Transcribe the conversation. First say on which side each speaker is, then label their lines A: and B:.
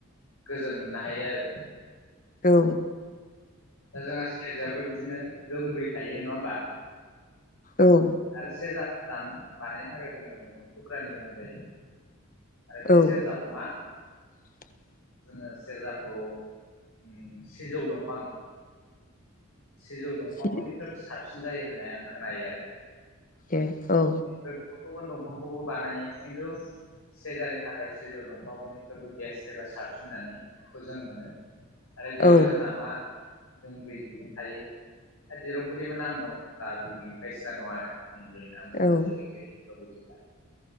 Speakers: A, on the left (about 80°); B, on the left (about 40°).
A: गोजोन मोननो हायो आरो।
B: औ।
A: दा जोंहा सेरजायाबो बिदिनो दोंब्रै थायो नङा होमबा?
B: औ।
A: आरो सेरजा दाम बानायनो थाखाय जोङो दंफां थुख्रानि गोनां जायो। आरो बे
B: औ
A: सेरजाखौ मा
B: <inaudible>
A: जोङो सेरजाखौ उम सिजौ दंफां सिजौ दंफांयाबो
B: सि
A: बयनिफ्रायबो साबसिन जायो होननाय आं खोनायो आरो।
B: ए औ।
A: बे गुबुन गुबुन दंफांखौबो बानायो खिन्थु सेरजानि थाखाय सिजौ दंफाङा बयनिख्रुइबो बेस्ट एबा साबसिन होननानै खौ जों मोनो‌ आरो बेयावहाय
B: औ ओं
A: जोंहा मा दोंब्रै दिरुं थायो आरो दिरुंफोरनिबो नाम दङ। बिङि बायदिसिना दं आरो मोनब्रै आंबो
B: औ
A: गोसोआव
B: ओं
A: <unintelligible> गैजोबब्ला।